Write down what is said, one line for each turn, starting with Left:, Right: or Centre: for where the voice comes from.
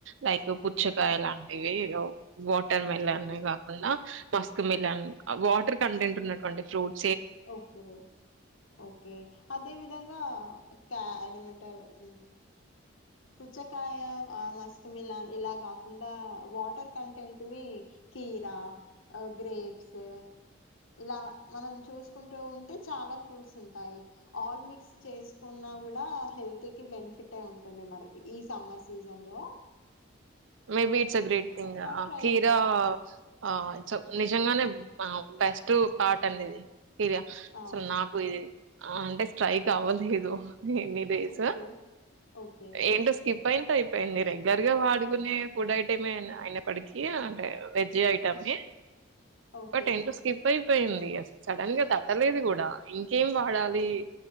Right: లైక్ పుచ్చకాయ లాంటివి ఓ వాటర్ మిలానే
Left: సరే
Right: కాకుండా మస్క్ మిలాన్ వాటర్ కంటెంట్ ఉన్నటువంటి ఫ్రూట్
Left: ఓకే ఓకే అదే విధంగా క్యా అదేమంటారు ఉ పుచ్చకాయ ఆ మస్కమిలాన్ ఇలా కాకుండా వాటర్ కంటెంట్వీ కీరా అ గ్రేప్స్ ఇలా మనం చూసుకుంటూ ఉంటే చాలా ఫ్రూట్స్ ఉంటాయి ఆల్ మిక్స్ చేసుకున్న నా గూడా హెల్త్ కి బెనిఫిటే ఉంటుంది మనకి ఈ సమ్మర్ సీజన్ లో
Right: maybe it's a great thing అ
Left: ట్రై
Right: కీరా
Left: జే
Right: ఆ ఇట్స్ నిజంగానే ఆ బెస్ట్ పార్ట్ అండి ఇది కీరియా
Left: ఆ!
Right: సో నాకు ఇది అ అంటే స్ట్రైక్ అవ్వలేదు ఎన్ని డేస్
Left: ఓకే. ఓకే.
Right: ఏంటో స్కిప్ అయిన అయిపోయింది రెగ్యులర్ గా వాడి కొనే ఫుడ్ ఐటమే అయిన అయినప్పటికీ అంటే వెజ్ ఐటం ని
Left: ఓకే.
Right: బట్ ఏంటో స్కిప్ అయిపోయింది అస సడన్ గా తట్టలేదు కూడా ఇంకేం వాడాలి
Left: ఓకే.